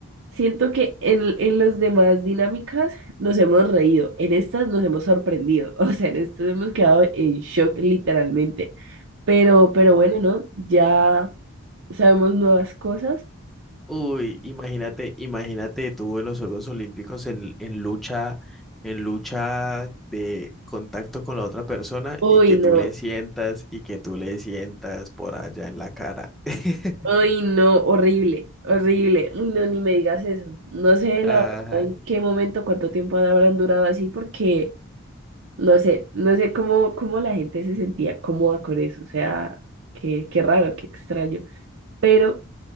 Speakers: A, on the right; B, in the centre.
A: Siento que en, en las demás dinámicas nos hemos reído, en estas nos hemos sorprendido, <laughs> o sea, en estas hemos quedado en shock literalmente, pero, pero bueno, ¿no? Ya sabemos nuevas cosas.
B: Uy, imagínate, imagínate tú en los Juegos Olímpicos en, en lucha, en lucha de contacto con la otra persona
A: Uy,
B: y que
A: no,
B: tú le sientas y que tú le sientas por allá en la cara. <laughs>
A: uy, no, horrible, horrible, uy, no, ni me digas eso. No sé la
B: Ajá.
A: verdad en qué momento, cuánto tiempo habrán durado así, porque no sé, no sé cómo, cómo la gente se sentía cómoda con eso, o sea, qué, qué raro, qué extraño, pero...